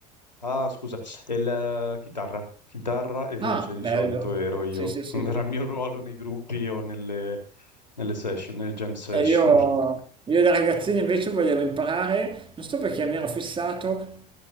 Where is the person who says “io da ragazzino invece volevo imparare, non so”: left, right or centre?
Right